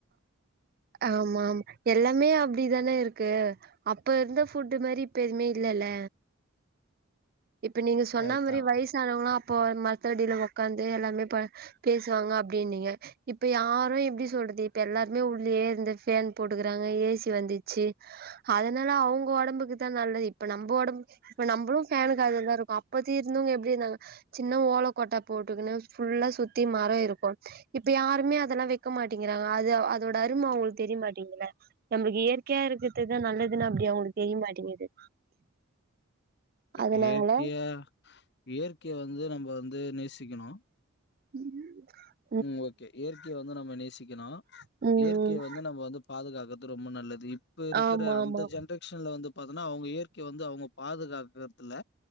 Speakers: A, on the right; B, on the left.
A: ஆமா ஆமா எல்லாமே அப்டி தான இருக்கு அப்ப இருந்த ஃபுட்டு மாரி இப்ப எதுவுமே இல்லல்ல இப்ப நீங்க சொன்ன
B: கரெக்ட்
A: மாரி
B: தான்.
A: வயசானவங்களா அப்போ மரத்துல அடியில உக் உக்காந்து எல்லாமே பே பேசுவாங்க அப்டினிங்க இப்ப யாரு எப்படி சொல்றது இப்ப எல்லாருமே உள்ளலயே இருந்த ஃபேன் போட்டுக்கறாங்க ஏசி வந்துச்சு அதனால அவங்க ஒடம்புக்கு தா நல்லது இப்ப நம்ம ஒடம்பு இப்ப நம்மளு ஃபேன்க்கு காத்துல தா இருக்கோ அப்பத்தி இருந்தவங்க எப்படி இருந்தாங்க சின்ன ஓல கொட்டா போட்டுக்கன்னு ஃபுல்லா சுத்தி மரோ இருக்கு இப்ப யாருமே அதெல்லா வெக்க மாட்டேக்குகிறாங்க அது அதோட அரும அவங்களுக்கு தெரியமாட்டீங்குதுள்ள நம்மளுக்கு இயற்கையா இருக்கிறதுதா நல்லதுன்னு அப்டி அவங்களுக்கு தெரிய மாட்டேங்குது அதனால
B: இயற்கையா இயற்கையை வந்து நம்ம வந்து நேசிக்கணு
A: ம் ம்
B: ம் ஓகே இயற்கைய வந்து நம்ம நேசிக்கணு
A: ம்
B: இயற்கைய
A: ம் ம்
B: வந்து நம்மோ வந்து பாதுகாக்கறது ரொம்ப நல்லது இப்பருக்குற
A: ஆமா
B: அந்த
A: ஆமா
B: ஜென்ரே ஷன்ல வந்து பாத்தன்னா அவங்க இயற்கைய வந்து அவங்க பாதுகாக்கறதுல்ல